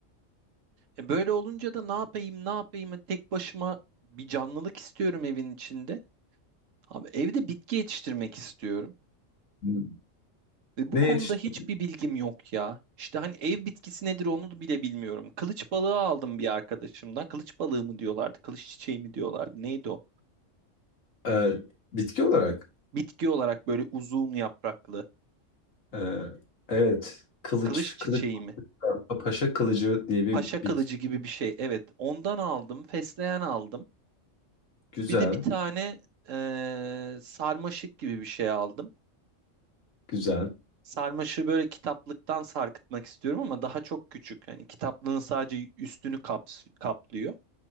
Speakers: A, on the right; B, on the left.
A: E böyle olunca da ne yapayım ne yapayım hani tek başıma bir canlılık istiyorum evin içinde. Abi evde bitki yetiştirmek istiyorum.
B: Hı.
A: Ve bu
B: Ne
A: konuda
B: yetişti?
A: hiçbir bilgim yok ya. İşte hani ev bitkisi nedir onu bile bilmiyorum. Kılıç balığı aldım bir arkadaşımdan. Kılıç balığı mı diyorlardı, kılıç çiçeği mi diyorlardı, neydi o?
B: Ee, bitki olarak.
A: Bitki olarak böyle uzun yapraklı.
B: ee, evet kılıç
A: Kılıç çiçeği
B: kılıç
A: mi?
B: paşa kılıcı diye bir
A: Paşa kılıcı
B: bitki.
A: gibi bir şey. Evet, ondan aldım. Fesleğen aldım.
B: Güzel
A: Bir de bir tane eee, sarmaşık gibi bir şey aldım.
B: güzel.
A: Sarmaşığı böyle kitaplıktan sarkıtmak istiyorum ama daha çok küçük. Yani kitaplığın sadece üstünü kaps- kaplıyor.